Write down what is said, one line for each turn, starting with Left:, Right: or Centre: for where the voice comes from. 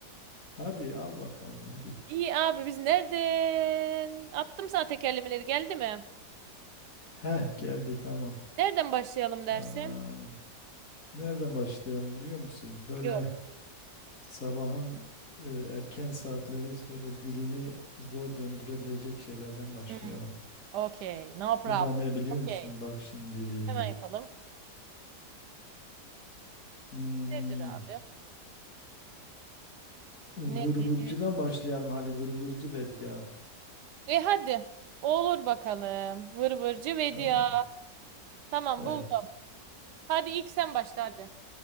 Left: Hadi al bakalım hadi.
Right: İyi abi biz nereden? Attım sana tekerlemeleri geldi mi?
Left: Heh geldi tamam.
Right: Nereden başlayalım dersin?
Left: Tamam. Nereden başlayalım biliyor musun? Böyle
Right: Yok.
Left: sabahın e, erken saatleri böyle dilini zor döndürebilecek şeylerden başlayalım.
Right: Hmm. Okey. No problem.
Left: O da ne biliyor
Right: Okey.
Left: musun? Bak şimdi.
Right: Hemen yapalım.
Left: Hmm,
Right: Nedir abi?
Left: vırvırcıdan
Right: Nedir?
Left: başlayalım. Hadi vırvırcı ver ya.
Right: E hadi. Olur bakalım. Vır vırcı vedia.
Left: Tamam mı?
Right: Tamam
Left: Ee,
Right: buldum. Hadi ilk sen başla hadi.